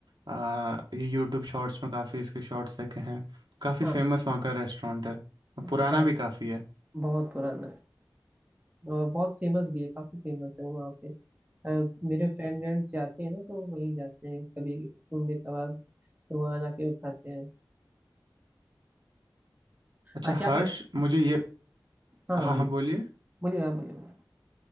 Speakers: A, on the right; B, on the right.
A: आ, ये यूट्यूब शॉर्ट्स में काफ़ी इसके शॉर्ट्स देखे हैं काफ़ी
B: हाँ
A: फेमस वहाँ का रेस्टोरेंट है और
B: हाँ
A: पुराना भी काफ़ी है
B: बहुत पुराना है और बहुत फेमस भी है काफी फेमस है वो वहाँ पे अ, मेरे फ्रेंड फ्रेंड्स जाते हैं ना तो वहीं जाते हैं कभी घूमने कभार तो वहाँ जाके वो खाते हैं
A: अच्छा
B: हाँ क्या
A: हर्ष
B: आप
A: मुझे ये
B: हाँ
A: हाँ
B: हाँ बोलिए
A: हाँ बोलिए
B: बोलिए आप बोलिए बोलिए।